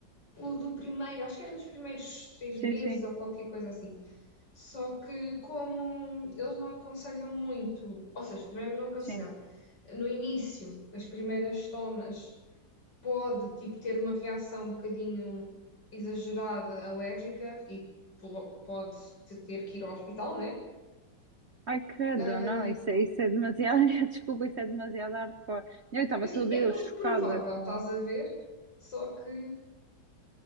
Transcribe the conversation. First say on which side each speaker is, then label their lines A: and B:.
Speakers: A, on the left; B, on the right.
A: o do primeiro, acho que era dos primeiros três
B: Sim,
A: meses
B: sim,
A: ou qualquer coisa assim. Só que como eles não aconselham muito, ou seja, não é não aconselhar,
B: sim.
A: no início, as primeiras tomas, pode, tipo, ter uma reação um bocadinho exagerada, alérgica, e po- pode te- ter que ir ao hospital, né?
B: Ai, credo,
A: Ah,
B: não, isso é, isso é demasiado. <laughs> Desculpa, isso é demasiado hardcore. Eu estava
A: Mas sim,
B: toda
A: é
B: eu
A: pouco
B: chocada
A: provável,
B: com.
A: estás a ver? Só que.